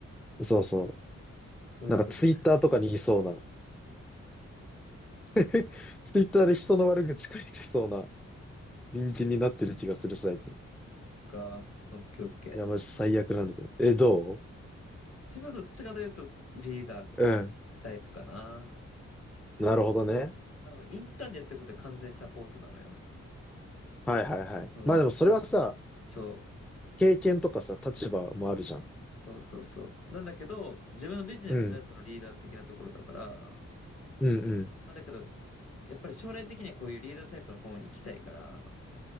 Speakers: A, in the centre; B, on the left (about 55°).
A: そうそ
B: そういうことね。
A: う。なんかツイッターとかにいそうな。<laughs> ツイッターで人の悪口書いてそうな人間になってる気がする最近。
B: か。オッケーオッケー。
A: いや、マジ最悪なんだけど。え、ど
B: 千葉どっちかというとリーダー
A: ううん。
B: タイプかな。
A: なるほどね。
B: まあでもインターンでやってることは完全にサポートなのよ。
A: はいはいはい。
B: その、
A: まあでもそれはさ、
B: しゃそう、
A: 経験とかさ、立場もあるじゃん。
B: そうそうそう。なんだけど、自分のビジネスではそのリーダー的なところだから、
A: うん、うん、うん。
B: まあだけど、やっぱり将来的にはこういうリーダータイプの方に行きたいから、